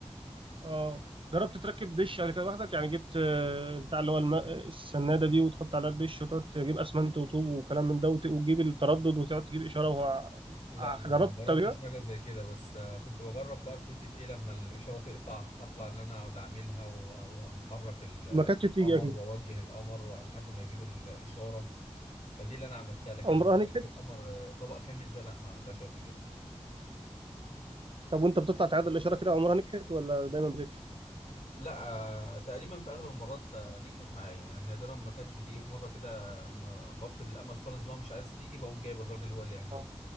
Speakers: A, on the right; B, on the left.
A: اه جربت تركب دش قبل كده لوحدك يعني جبت آه، بتاع اللي هو الم- السناده دي وتحط عليها الدش وتقعد تجيب اسمنت وطوب وكلام من ده وت- وتجيب التردد وتقعد تجيب اشاره
B: لا
A: ع-
B: ما
A: جربت
B: جربتش
A: قبل كده
B: حاجة زي كده بس آه، كنت بجرب بقى في حتة ايه لما الإشارة تقطع أطلع اللي أنا أقعد أعملها و- وأحرك ال-
A: ما كانتش
B: القمر
A: بتيجي اكيد
B: وأوجه القمر لحد ما يجيب الإشارة فدي اللي أنا عملتها لكن
A: عمرها
B: إن أنا
A: نجحت
B: أركب قمر آه، طبق كامل ده لا ما عملتهاش قبل كده
A: طب وانت بتطلع تعادل الاشاره كده عمرها نجحت ولا دايما بتفشل
B: لا آه، تقريبا في أغلب المرات آه، نجحت معايا يعني نادرا ما كانت بتيجي في مرة كده أما بفقد الأمل خالص بقى مش عايز تيجي بقوم جايب الراجل هو اللي يعمله
A: آه.